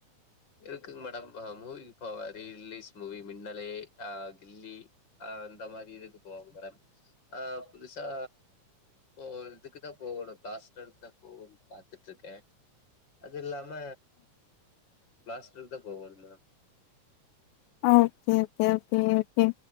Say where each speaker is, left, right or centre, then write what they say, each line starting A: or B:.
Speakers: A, on the left; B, on the left.
A: இருக்குங் மேடம் அ மூவிக் போவ ரீ லீஸ் மூவி மின்னலே அ கில்லி அ அந்த மாதிரி இதுக்கு போவங் மேடம் ஆ புதுசா ப்போ இதுக்குதா போவோணு பிளாஸ்டர்க்தா போகோன் பாத்துட்ருக்கே அது இல்லா ம பளாஸ்டர்க்தா போகோணு மேம்
B: அ ஒக்கே ஒக்கே ஒக்கே ஒகே